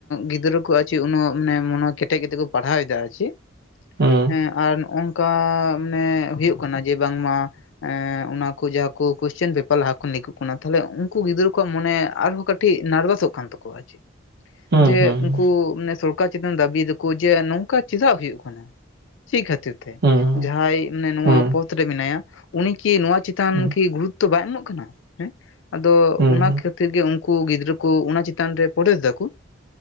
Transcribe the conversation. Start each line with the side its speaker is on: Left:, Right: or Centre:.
Left: ᱜᱤᱫᱽᱨᱟᱹ ᱠᱚ ᱪᱮᱫ ᱩᱱᱟᱹᱜ ᱢᱟᱱᱮ ᱢᱚᱱᱮ ᱠᱮᱴᱮᱡ ᱠᱟᱛᱮ ᱠᱚ ᱯᱟᱲᱦᱟᱣ ᱮᱫᱟ ᱪᱮ
Right: ᱦᱩᱸ
Left: ᱦᱮᱸ ᱟᱨ ᱚᱝ ᱠᱟ ᱢᱟᱱᱮ ᱦᱩᱭᱩᱜ ᱠᱟᱱᱟ ᱡᱮ ᱵᱟᱝᱢᱟ ᱮᱸ ᱚᱱᱟ ᱠᱚ ᱡᱟᱦᱟᱸ ᱠᱚ ᱠᱚᱥᱪᱮᱱ ᱯᱮᱯᱟᱨ ᱞᱟᱦᱟ ᱠᱷᱚᱱ ᱞᱤᱠᱜ ᱠᱟᱱᱟ ᱛᱟᱦᱞᱮ ᱩᱱᱠᱩ ᱜᱤᱫᱽᱨᱟᱹ ᱠᱚᱣᱟᱜ ᱢᱚᱱᱮ ᱟᱨᱦᱚᱸ ᱠᱟ ᱴᱤᱡ ᱱᱟᱨᱵᱷᱟᱥᱚᱜ ᱠᱟᱱ ᱛᱟᱠᱚᱣᱟ ᱟᱪᱮ
Right: ᱦᱩᱸ
Left: ᱡᱮ
Right: ᱦᱩᱸ ᱦᱩᱸ
Left: ᱩᱝᱠᱩ ᱚᱱᱮ ᱥᱚᱨᱠᱟᱨ ᱪᱮᱛᱟᱱ ᱫᱟᱵᱤ ᱫᱟᱠᱚ ᱡᱮ ᱱᱚᱝᱠᱟ ᱪᱮᱫᱟᱜ ᱦᱩᱭᱩᱜ ᱠᱟᱱᱟ ᱪᱮᱫ ᱠᱷᱟᱹᱛᱤᱨ,
Right: ᱦᱩᱸ
Left: ᱡᱟᱦᱟᱸᱭ ᱢᱟᱱᱮ ᱱᱚᱣᱟ
Right: ᱦᱩᱸ
Left: ᱯᱚᱛ ᱨᱮ ᱢᱮᱱᱟᱭᱟ ᱩᱱᱤ ᱠᱤ ᱱᱚᱣᱟ ᱪᱮᱛᱟᱱ
Right: ᱦᱩᱸ
Left: ᱠᱤ ᱜᱩᱨᱩᱛ ᱛᱚ ᱵᱟᱭ ᱮᱢᱚᱜ ᱠᱟᱱᱟ ᱦᱮᱸ ᱟᱫᱚ
Right: ᱦᱩᱸ
Left: ᱚᱱᱟ ᱠᱷᱟᱹᱛᱤᱨ ᱜᱮ ᱩᱱᱠᱩ ᱜᱤᱫᱽᱨᱟᱹ ᱠᱩ ᱚᱱᱟ ᱪᱮᱛᱟᱱ ᱨᱮ ᱯᱨᱳᱴᱮᱥ ᱫᱟᱠᱩ,